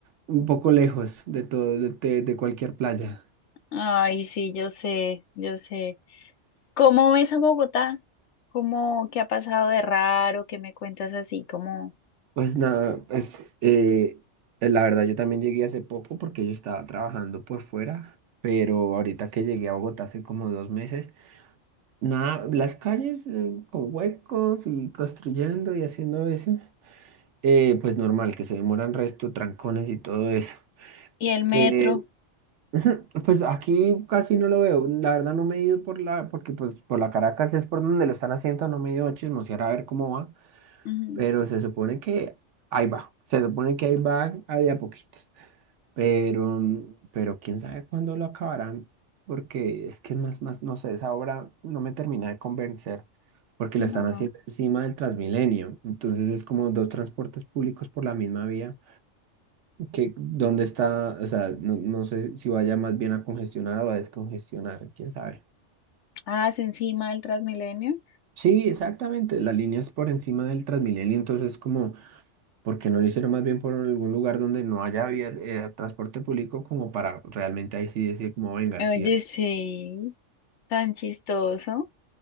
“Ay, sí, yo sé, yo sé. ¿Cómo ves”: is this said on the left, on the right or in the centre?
Left